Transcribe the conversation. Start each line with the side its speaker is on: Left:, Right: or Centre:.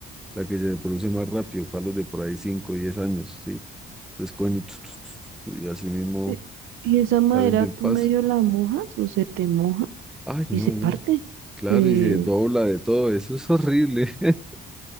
Centre: La que se produce más rápido. Palos de por ahí 5 o 10 años, sí. Entonces cogen y, tu, tu, tu, tu, tu, y así mismo
Right: E- Y esa madera
Centre: salen del paso.
Right: tú medio la mojas o se te moja
Centre: Ay, no,
Right: y se
Centre: eso
Right: parte.
Centre: es- claro,
Right: Se,
Centre: y se dobla de todo, eso es
Right: se-
Centre: horrible, <laughs>